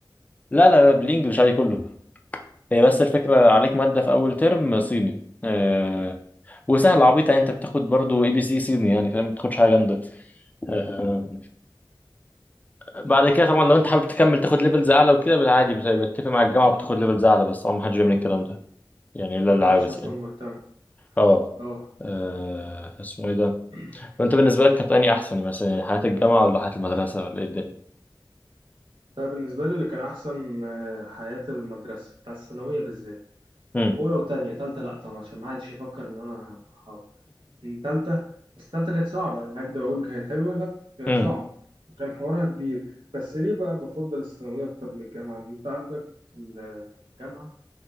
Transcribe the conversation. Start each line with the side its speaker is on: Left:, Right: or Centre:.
Left: لا لا لا بالانجلش عادي كله هي بس الفكرة
Right: مم.
Left: عليك مادة في أول ترم صيني آه وسهلة عبيطة يعني أنت بتاخد برضو اي بي سي صيني يعني فاهم ما بتاخدش حاجة جامدة آه بعد كده طبعا لو أنت حابب تكمل تاخد ليفلز أعلى وكده بالعادي بت- بتتفق مع الجامعة وبتاخد ليفلز أعلى بس طبعا ما حدش بيعمل الكلام ده يعني إلا
Right: ما
Left: اللي
Right: حدش
Left: عاوز
Right: اصلا
Left: يعني
Right: مهتم
Left: أه
Right: اه
Left: آه، اسمه إيه ده؟
Right: <clears throat>
Left: طب أنت بالنسبة لك كانت أني أحسن مثلا يعني حياة الجامعة ولا حياة المدرسة ولا إيه الدنيا؟
Right: فبالنسبة لي اللي كان أحسن آه، حياة المدرسة بتاع الثانوية بالذات
Left: أمم
Right: أولى وتانية تالتة لأ طبعا عشان ما حدش يفكر إن أنا بحاول من تالتة بس تالتة كانت صعبة يعني هكدب أقول كانت حلوة لأ كانت
Left: أمم
Right: صعبة وكان حوارها كبير بس ليه بقى بفضل الثانوية أكتر من الجامعة إن أنت عندك في ال- في الجامعة